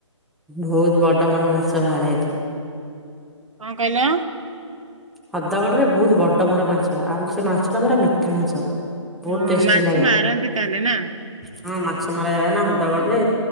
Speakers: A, in the centre; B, on the right.
A: ବହୁତ ବଡ ବଡ ମାଛ ବାହାରେ ଏଠି।
B: କଣ କହିଲ।
A: ହଦଗଡ ରେ ବହୁତ ବଡ ବଡ ମାଛ ଆମେ ସେ ମାଛ ଏଟା ପୁରା ମିଠା ମାଛ। ବହୁତ
B: ହଁ
A: ଟେଷ୍ଟି
B: ମାଛ
A: ଲାଗେ।
B: ମାରନ୍ତି ତାହାଲେ ନା।
A: ହଁ ମାଛ ମରା ଯାଏ ନା ହଦଗଡ ରେ।